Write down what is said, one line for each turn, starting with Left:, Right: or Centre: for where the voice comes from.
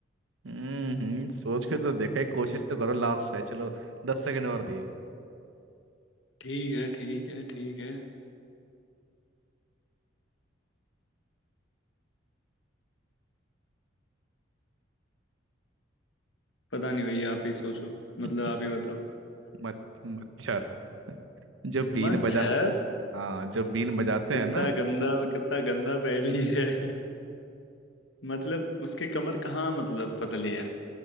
Right: हम्म हम्म, सोच के तो देखा है कोशिश तो करो लास्ट है चलो दस सेकंड और दिए
Left: ठीक है ठीक है ठीक है पता नहीं भैया आप ही सोचो मतलब
Right: <laughs>
Left: आप ही बताओ
Right: मत मच्छर जो
Left: <laughs>
Right: बीन
Left: मच्छर
Right: बजा हाँ जो बीन बजाते
Left: कितना
Right: हैं ना
Left: गंदा कितना गंदा पहेली है <laughs> मतलब उसकी कमर कहाँ मतलब पतली है